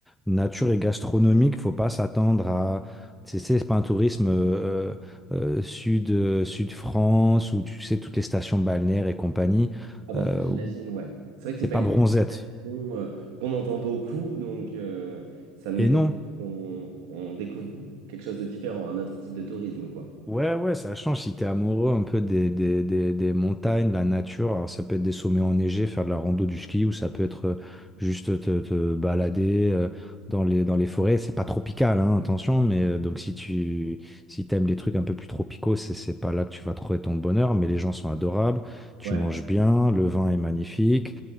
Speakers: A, in the centre; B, on the right.
A: nature et gastronomique. Faut pas s'attendre à, tu sais, c'est pas un tourisme euh, euh, sud euh, sud France où tu sais toutes les stations balnéaires et compagnie.
B: Ah bah
A: Euh,
B: ça j'imagine
A: où
B: ouais. C'est vrai que
A: c'est
B: c'est pas
A: pas
B: une
A: bronzette.
B: question euh, qu'on entend beaucoup donc euh, ça ne
A: Et
B: m'étonne
A: non,
B: pas qu'on on découvre quelque chose de différent, un autre type de tourisme quoi.
A: Ouais, ouais, ça change si t'es amoureux un peu des, des, des, des montagnes, de la nature. Alors, ça peut être des sommets enneigés, faire de la rando, du ski, ou ça peut être euh, juste te, te balader euh, dans les, dans les forêts. C'est pas tropical, hein, attention, mais euh, donc si tu si t'aimes les trucs un peu plus tropicaux, c'est, c'est pas là que tu vas trouver ton bonheur, mais les gens sont adorables, tu
B: ouais
A: manges bien, le vin est magnifique.